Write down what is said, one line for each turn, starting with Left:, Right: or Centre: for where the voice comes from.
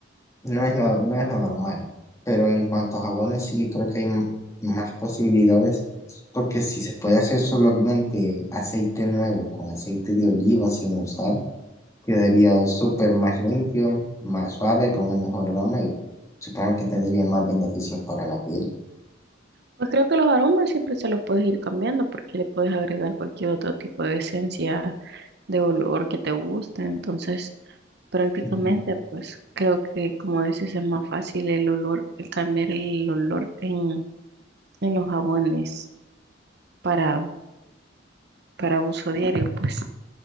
Left: no es lo, no es lo normal, pero en cuanto a jabones, sí, yo creo que hay m- más posibilidades, porque si se puede hacer solamente aceite nuevo con aceite de oliva sin usar, quedaría súper más limpio, más suave, con un mejor aroma y supongo que tendría más beneficios para la piel.
Right: Pues creo que los aromas siempre se los puedes ir cambiando porque le puedes agregar cualquier otro tipo de esencia, de olor que te guste, entonces prácticamente,
Left: Ujú,
Right: pues creo que como dices es más fácil el olor, el cambiar el olor en, en los jabones para, para uso diario, pues.